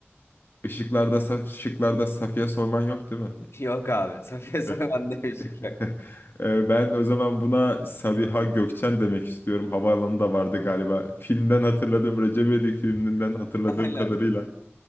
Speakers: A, on the left (about 55°); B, on the left (about 70°).
A: Işıklarda, sa- şıklarda Safiye Soyman yok değil mi?
B: <laughs> Yok abi. Safiye Soyman
A: Evet.
B: demişik
A: <laughs>
B: yok.
A: Ee, Ben o zaman buna Sabiha Gökçen demek istiyorum. Havaalanı da vardı galiba. Filmden hatırladığım Recep İvedik filminden hatırladığım
B: <laughs> Aynen.
A: kadarıyla.